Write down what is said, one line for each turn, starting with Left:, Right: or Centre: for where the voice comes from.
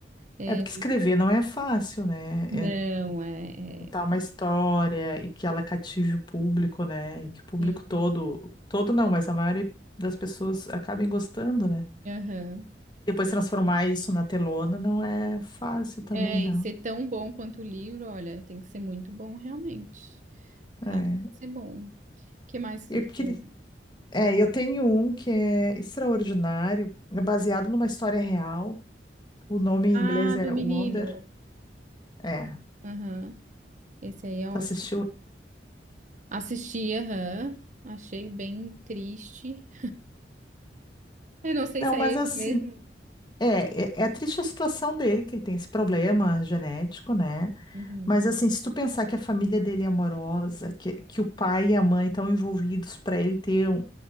Right: É,
Left: É porque escrever não é fácil, né?
Right: não, é.
Left: contar
Right: é,
Left: uma história e que ela cative o público, né? Que o público
Right: Sim,
Left: todo, todo não, mas a maioria das pessoas acabem gostando, né?
Right: aham.
Left: Depois transformar isso na telona não é fácil também,
Right: É,
Left: não.
Right: e ser tão bom quanto o livro, olha, tem que ser muito bom realmente. Cara,
Left: É,
Right: tem que ser bom. O que mais
Left: eu
Right: tu tem?
Left: queria, é, eu tenho um que é extraordinário, é baseado numa história real. O nome em
Right: Ah,
Left: inglês é
Right: do menino.
Left: Wonder. É,
Right: Aham. Esse aí é
Left: tu
Right: ótimo.
Left: assistiu?
Right: Assisti, aham. Achei bem triste. Eu não sei
Left: Não,
Right: se é
Left: mas
Right: esse
Left: assim,
Right: mesmo.
Left: é, é, é triste a situação dele, que ele tem esse problema genético, né?
Right: Uhum.
Left: Mas assim, se tu pensar que a família dele é amorosa, que, que o pai e a mãe estão envolvidos para ele ter um,